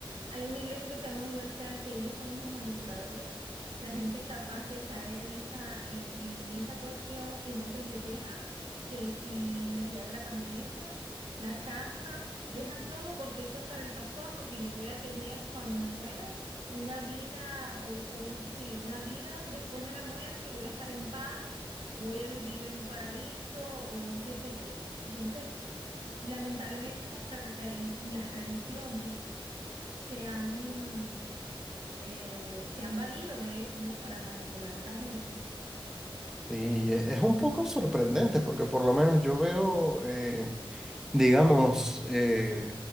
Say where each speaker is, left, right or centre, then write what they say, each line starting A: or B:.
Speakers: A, on the right (about 85°); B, in the centre.
A: Hay una iglesia que se llama Universal, que ellos son unos manipuladores. La gente es capaz de caer en esa, en, en esa cuestión y entonces les dejan que si las llaves de la camioneta, la casa, dejan todo porque eso es para el pastor, porque yo voy a tener cuando me muera una vida o, o un- sí, una vida después de la muerte y voy a estar en paz, voy a vivir en un paraíso o qué sé yo. Entonces, lamentablemente nuestras las religiones se han, eh, se han valido de eso, ¿no? Para manipular a la gente.
B: Y e- es un poco sorprendente porque por lo menos yo veo, eh, digamos, eh,